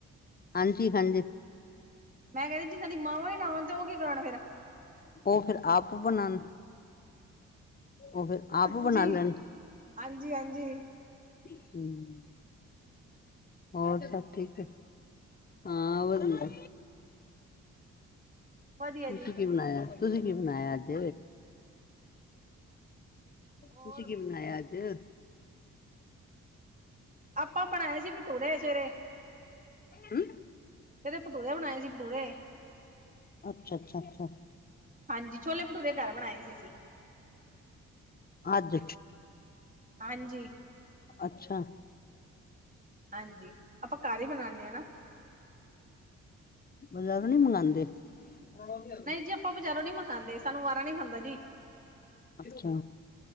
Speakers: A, on the left; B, on the right.
A: ਹਾਂਜੀ- ਹਾਂਜੀ।
B: ਮੈਂ ਕਹਿੰਦੀ ਜਿਹਨ੍ਹਾਂ ਦੀ ਮਾਵਾਂ ਹੀ ਨਾ ਆਉਣ ਤੇ ਉਹ ਕੀ ਕਰਨ ਫਿਰ।
A: ਉਹ ਫੇਰ ਆਪ ਬਣਾਣ। ਉਹ ਫਿਰ ਆਪ
B: ਹਾਂਜੀ।
A: ਬਣਾ ਲੈਣ
B: ਹਾਂਜੀ -ਹਾਂਜੀ,
A: ਹੂੰ, ਹੋਰ ਸਭ ਠੀਕ ਹੈ। ਹਾਂ ਉਹ ਦਿੰਦਾ।
B: ਵਧੀਆ
A: ਤੁਸੀ
B: ਜੀ।
A: ਕੀ ਬਣਾਇਆ? ਤੁਸੀਂ ਕੀ ਬਣਾਇਆ ਅੱਜ?
B: ਹੋਰ
A: ਤੁਸ ਕੀ ਬਣਾਇਆ ਅੱਜ?
B: ਆਪਾਂ ਬਣਾਏ ਸੀ ਪਟੂਰੇ ਸਵੇਰੇ।
A: ਹਮ।
B: ਸਵੇਰੇ ਪਟੂਰੇ ਬਣਾਏ ਸੀ ਪਟੂਰੇ।
A: ਅੱਛਾ- ਅੱਛਾ -ਅੱਛਾ।
B: ਹਾਂਜੀ। ਛੋਲੇ- ਭਟੂਰੇ ਘਰ ਬਣਾਏ ਸੀ ਅਸੀਂ।
A: ਹਜ।
B: ਹਾਂਜੀ।
A: ਅੱਛਾ।
B: ਹਾਂਜੀ ਆਪਾਂ ਘਰ ਹੀ ਬਣਾਣੇ ਹਾਂ ਨਾ
A: ਬਜ਼ਾਰੋਂ ਨਹੀਂ ਮੰਗਵਾਦੇ <unintelligible>
B: ਨਹੀਂ ਜੀ, ਆਪਾਂ ਬਾਰੋਂ ਨੀ ਮੰਗਉਦੇ। ਸਾਨੂੰ ਮਾਰਾ ਨੀ ਖਾਂਦਾ ਜੀ।
A: ਅੱਛਾ।